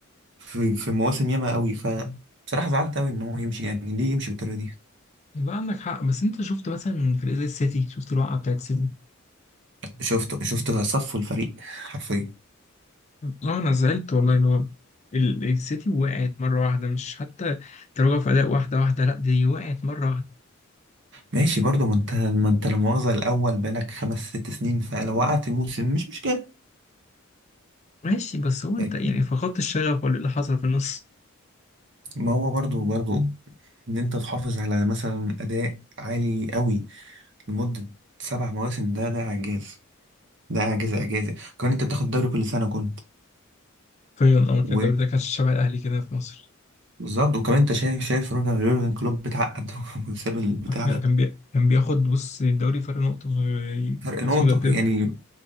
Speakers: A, on the right; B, on the left.
A: في في مواسم ياما قوي ف بصراحة زعلت قوي ان هو يمشي يعني ليه يمشي بالطريقة دي
B: يبقى عندك حق بس انت شفت مثلا فريق زي السيتي شفت الوقعه بتاعت السيتي
A: شفته شفته صفوا الفريق حرفيا
B: اه انا زعلت والله ان هو ال- السيتي وقعت مره واحده مش حتى تراجع في اداء واحده واحده لا دي وقعت مره واحده
A: ماشي برضه ما انت ما انت لا مؤاخذة الاول بقالك خمس ست سنين فلو وقعت موسم مش مشكلة
B: ماشي بس هو انت
A: فاهمني؟
B: يعني فقدت الشغف ولا ايه اللي حصل في النص
A: ما هو برضه برضه ان انت تحافظ على مثلا اداء عالي قوي لمدة سبع مواسم ده ده اعجاز ده اعجاز اعجازي كمان انت بتاخد دوري كل سنة كنت
B: حرفيا اه كان
A: و-
B: الدوري ده كان شبه الاهلي كده في مصر
A: بالظبط وكمان انت شايف شايف روجر يورجن كلوب بيتعقد <laughs> وساب البتاع
B: حرفيا
A: ده
B: كان بي... كان بياخد بص الدوري فرق نقطه وي-
A: فرق
B: اسمه
A: نقطة
B: ده بيب
A: يعني